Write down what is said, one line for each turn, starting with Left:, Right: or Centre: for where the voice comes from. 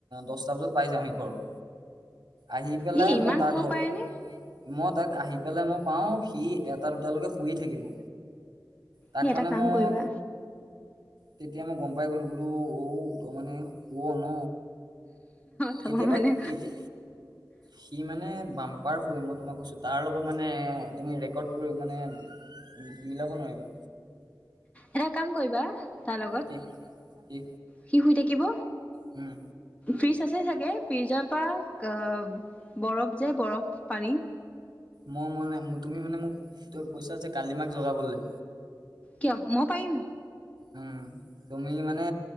Right: দহটা বজাত পাই যাওঁহি ঘৰ। আহি পেলাই
Left: ই ইমান
Right: মই তা
Left: শুব
Right: ঘৰ
Left: পাৰেনে
Right: মই তাক আহি পেলাই মই পাও, সি এটা দুটালৈকে শুইয়ে থাকিব তাক
Left: ই এটা
Right: মানে
Left: কাম
Right: মই,
Left: কৰিবা
Right: তেতিয়া মই গম পাই গ'লো বোলো ঔ ত মানে শুৱ ন?
Left: ত
Right: কেতিয়াবা
Left: মানে
Right: কেতি সি মানে বাম্পাৰ শুৱে মই তোমাক কৈছো তাৰ লগত মানে তুমি ৰেকৰ্ড কৰি মানে মিলাব নোৱাৰিবা
Left: এটা কাম কৰিবা তাৰ লগত
Right: কি? কি?
Left: সি শুই থাকিব
Right: হুম
Left: ফ্ৰিজ আছে চাগে, ফ্ৰিজৰ পৰা আ বৰফ যে বৰফ পানী
Right: মই মানে, তুমি মানে মোক কৈছা যে কালিমাক জগাবলৈ
Left: কিয়? মই পাৰিম।
Right: উম, তুমি মানে